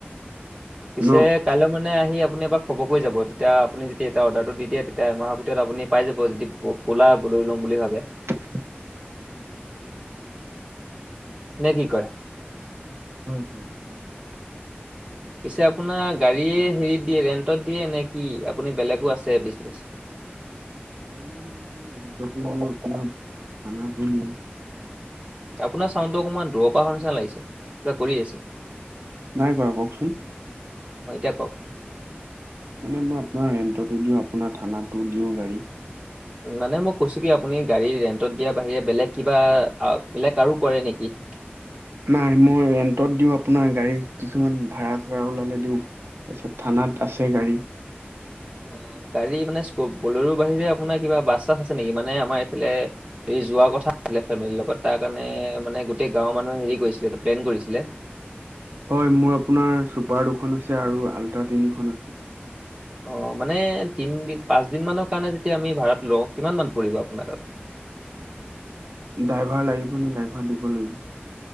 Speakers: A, on the right (about 30°); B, on the right (about 85°).
A: পিছে
B: ন?
A: কাইলৈ মই নাই আহি আপুনি এবাৰ খবৰ কৰি যাব, তেতিয়া আপুনি যদি এটা অৰ্ডাৰটো দি দিয়ে তেতিয়া এমাহৰ ভিতৰত আপুনি পাই যাব যদি কোলা লৈ লম বুলি ভাবে।
B: <inaudible>
A: নে কি কয়?
B: হয়।
A: <unintelligible> পিছে আপোনাৰ গাড়ীয়ে হেৰি দিয়ে ৰেন্টত দিয়ে নে কি আপুনি বেলেগো আছে বিচনেছ? <unintelligible>
B: গাড়ি মই ৰেন্ত অ <inaudible> ত ও দিওআপাৰ বানত ও দিও।
A: আপোনাৰ চাউণ্ডটো অকণমান দূৰৰ পৰা অহা নিচিনা লাগিছে, কিবা কৰি আছে?
B: নাই কৰা কওকচোন?
A: অ এতিয়া কওক?
B: মানে মই আপোনাৰ ৰেন্টতো দিওঁ, আপোনাৰ থানাতো দিওঁ গাড়ী।
A: মানে মই কৈছো কি আপুনি গাড়ী ৰেন্টত দিয়াৰ বাহিৰে বেলেগ কিবা বেলেগ আৰু কৰে নেকি? <unintelligible>
B: নাই মই ৰেন্টত দিওঁ আপোনাৰ গাড়ী কিছুমান ভাড়া চাড়া ওলালে দিওঁ। তাৰপিছত থানাত আছে গাড়ী।
A: অ। গাড়ী মানে স্কৰ বলেৰো বাহিৰে আপোনাৰ কিবা বাছ -চাছ আছে নেকি, মানে আমাৰ এইফালে হেৰি যোৱা কথা আছিলে ফেমিলিৰ লগত, তাৰ কাৰণে মানে গোটেই গাঁৱৰ মানুহে হেৰি কৰিছিলে প্লেন কৰিছিলে।
B: হয় মোৰ আপোনাৰ চুপাৰ দুখন আছে আৰু আল্ট্ৰা তিনিখন আছে।
A: অ মানে তিনদি পাঁচদিন মানৰ কাৰণে যেতিয়া আমি ভাড়াত লওঁ, কিমান মান পৰিব আপোনাৰ তাত? <inaudible>
B: ড্ৰাইভাৰ লাগিব নে ড্ৰাইভাৰ দিব লাগিব?